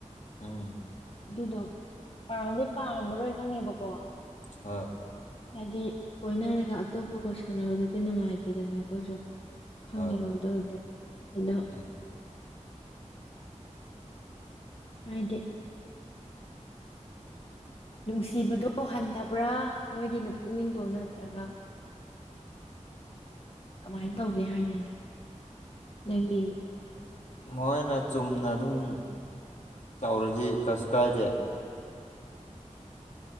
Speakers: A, on the left; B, on the left.
A: ꯎꯝ
B: ꯑꯗꯨꯗꯣ ꯄꯥꯝꯗꯤ ꯄꯥꯝꯃꯔꯣꯏ ꯈꯪꯉꯦꯕꯀꯣ
A: ꯍꯣꯏ
B: ꯍꯥꯏꯗꯤ ꯀꯣꯏꯅꯔꯒ ꯑꯇꯣꯞꯄꯒ ꯁꯥꯟꯅꯕꯗꯗꯤ ꯅꯨꯡꯉꯥꯏꯇꯦꯗꯅ ꯑꯩꯈꯣꯏꯁꯨ ꯈꯪꯉꯦ
A: ꯍꯣꯏ
B: ꯋꯥꯗ ꯑꯗꯨꯗꯦ ꯑꯗ
A: ꯎꯝ
B: ꯍꯥꯏꯗꯤ ꯅꯨꯡꯁꯤꯕꯗꯣ ꯍꯟꯊꯕ꯭ꯔꯥ ꯅꯣꯏꯒꯤꯅ ꯄꯨꯛꯅꯤꯡꯗꯣ ꯅꯠꯇ꯭ꯔꯒ ꯀꯃꯥꯏꯅ ꯇꯧꯒꯦ ꯍꯥꯏꯅꯤꯅ ꯅꯪꯒꯤꯨ
A: ꯃꯣꯏꯅ ꯆꯨꯝꯅ ꯑꯗꯨꯝ ꯇꯧꯔꯗꯤ ꯀꯩꯁꯨ ꯀꯥꯏꯗꯦ